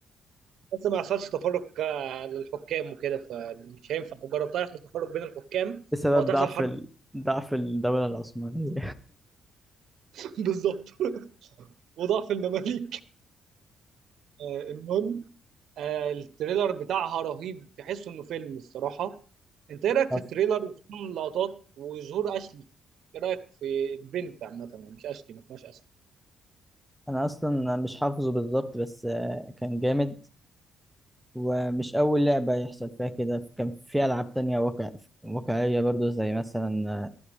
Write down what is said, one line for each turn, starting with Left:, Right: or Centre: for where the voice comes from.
Right: بس ما يحصلش تفرق آه، للحكام وكده فمش هينفع لو جربتها يحصل تفرق بين الحكام
Centre: <laughs> بسبب
Right: او تحصل
Centre: ضعف
Right: حرب
Centre: ال... ضعف الدوله العثمانيه
Right: <laughs> بالظبط وضعف المماليك آه، المهم آه، التريلر بتاعها رهيب تحس انه فيلم الصراحه انت ايه رايك
Centre: حف-
Right: في التريلر وخصوصا اللقطات وظهور اشلي ايه رايك في البنت عامه يعني مش اشلي ما اسمهاش اشلي
Centre: انا اصلا مش حافظه بالظبط بس آه، كان جامد ومش اول لعبه يحصل فيها كده كان في العاب تانية واقع... واقعيه برضو زي مثلا